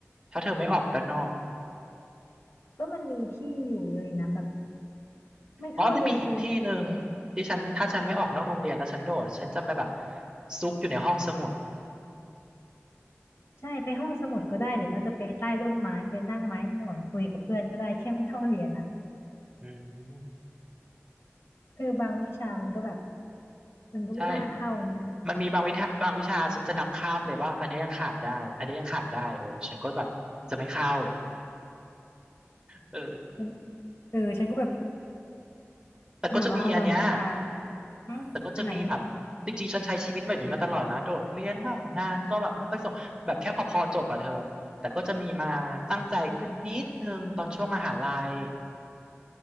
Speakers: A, on the right; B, on the left.
A: ถ้าเธอไม่ออกด้านนอก
B: ก็มันมีที่อยู่เยอะอยู่นะแบบไม่เข้าเรียนไปนั่ง
A: อ๋อมันมีอีกที่หนึ่งที่ฉันถ้าฉันไม่ออกนอกโรงเรียนแล้วฉันโดดฉันจะไปแบบซุกอยู่ในห้องสมุด
B: ใช่ไปห้องสมุดก็ได้หรือว่าจะไปใต้ร่มไม้ไปนั่งไม้หินอ่อนคุยกับเพื่อนก็ได้แค่ไม่เข้าเรียนอ่ะ
A: อืม
B: คือบางวิชามันก็แบบมันก็ไม่น่าเข้าอย่างนี้
A: ใช่มันมีบางวิชาบางวิชาฉันจะนับคาบเลยว่าอันนี้ยังขาดได้อันนี้ยังขาดได้เออฉันก็แบบจะไม่เข้าเออ
B: ฉันเออฉันก็แบบ
A: แต่ก็จะมีอันเนี้ย
B: แบบว่าบางวิชาอืมอันไหน
A: แต่ก็จะมีแบบจริงๆฉันใช้ชีวิตแบบนี้มาตลอดนะโดดเรียนบ้างงานก็แบบไม่ค่อยส่งแบบแค่พอๆจบอะเธอแต่ก็จะมีมาตั้งใจขึ้นนิดนึงตอนช่วงมหาลัย